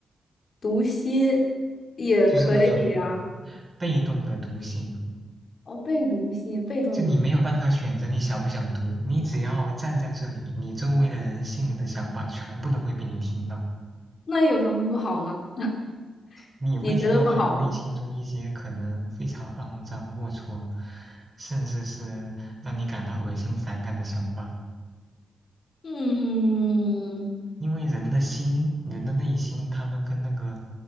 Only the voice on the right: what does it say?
就是那种被动的读心。
就你没有办法选择你想不想读，你只要站在这里，你周围的人心里的想法全部都会被你听到，
你会听到他们内心中一些可能非常肮脏、
龌龊，甚至是让你感到恶心、反感的想法。
因为人的心，人的内心，他们跟那个